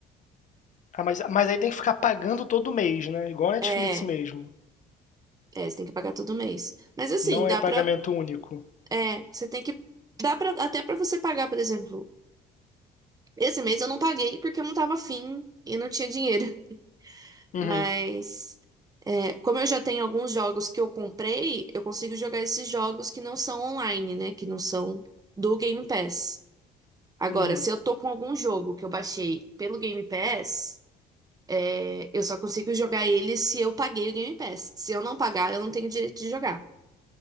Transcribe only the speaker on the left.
Ah, mas, mas aí tem que ficar pagando todo mês, né? Igual a Netflix
mesmo.
Não
é pagamento
único.
Uhum,
uhum.